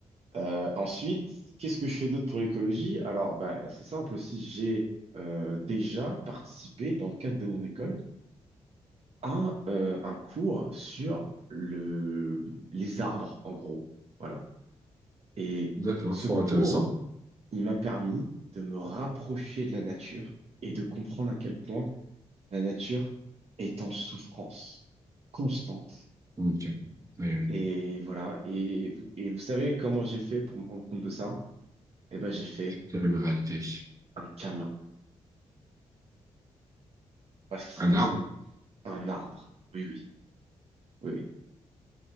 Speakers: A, on the right; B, on the right.
A: Euh, ensuite, qu'est-ce que je fais d'autre pour l'écologie? Alors, bah, c'est simple aussi, j'ai euh, déjà participé dans le cadre de mon école à euh, un cours sur le, les arbres, en gros. Voilà. Et
B: D'accord,
A: ce
B: fort
A: cours,
B: intéressant.
A: il m'a permis de me rapprocher de la nature et de comprendre à quel point la nature est en souffrance constante.
B: Ok. Mais oui,
A: Et voilà. Et, vous- et vous savez comment j'ai fait pour me rendre compte de ça? Eh ben, j'ai fait
B: terrible réalité.
A: un câlin Voilà ce qui s'est
B: Un
A: passé.
B: arbre? Ok,
A: Un arbre. Oui, oui, oui, oui.